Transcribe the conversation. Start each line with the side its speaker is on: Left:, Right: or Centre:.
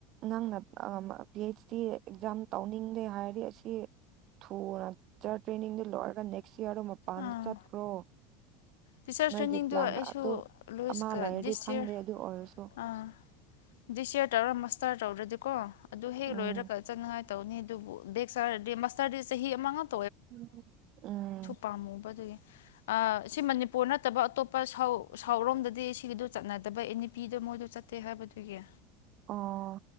Right: ꯅꯪꯅ ꯑꯝ ꯄꯤ ꯍꯩꯆ ꯗꯤ ꯑꯦꯛꯖꯥꯝ ꯇꯧꯅꯤꯡꯗꯦ ꯍꯥꯏꯔꯗꯤ ꯑꯁꯤ ꯊꯨꯅ ꯆꯠ ꯇ꯭ꯔꯦꯅꯤꯡꯗꯨ ꯂꯣꯏꯔꯒ ꯅꯦꯛꯁ ꯌꯥꯔꯗꯨ ꯃꯄꯥꯟꯗ
Left: ꯑꯥ
Right: ꯆꯠꯈ꯭ꯔꯣ
Left: ꯇꯤꯆꯔꯁ
Right: ꯅꯣꯏꯒꯤ
Left: ꯇ꯭ꯔꯦꯟꯅꯤꯡꯗꯨ
Right: ꯄ꯭ꯂꯥꯟ
Left: ꯑꯩꯁꯨ
Right: ꯑꯗꯨ
Left: ꯂꯨꯏꯁꯀ
Right: ꯑꯃ ꯂꯩꯔꯗꯤ
Left: ꯗꯤꯁ
Right: ꯈꯪꯗꯦ
Left: ꯌꯔ
Right: ꯑꯗꯨ ꯑꯣꯏꯔꯁꯨ
Left: ꯑꯥ ꯗꯤꯁ ꯌꯔ ꯇꯧꯔ ꯃꯁꯇꯥꯔ ꯇꯧꯗ꯭ꯔꯗꯤꯀꯣ ꯑꯗꯨ ꯍꯦꯛ
Right: ꯎꯝ
Left: ꯂꯣꯏꯔꯒ ꯆꯪꯅꯉꯥꯏ ꯇꯧꯅꯤ ꯑꯗꯨꯕꯨ ꯕꯦꯛ ꯆꯥꯔꯗꯤ ꯃꯥꯁꯇꯔꯗꯤ ꯆꯍꯤ ꯑꯃꯉꯛ
Right: ꯎꯝ ꯎꯝ
Left: ꯄꯥꯝꯃꯨꯕ ꯑꯗꯨꯒꯤ ꯑ ꯁꯤ ꯃꯅꯤꯄꯨꯔ ꯅꯠꯇꯕ ꯑꯇꯣꯞꯄ ꯁꯥꯎ ꯁꯥꯎꯠꯔꯣꯝꯗꯗꯤ ꯁꯤꯒꯤꯗꯨ ꯆꯠꯅ ꯗꯕ ꯑꯦꯅꯤ ꯄꯤꯗꯨ ꯃꯣꯏꯗꯨ ꯆꯠꯇꯦ ꯍꯥꯏꯕꯗꯨꯒꯤ
Right: ꯑꯣ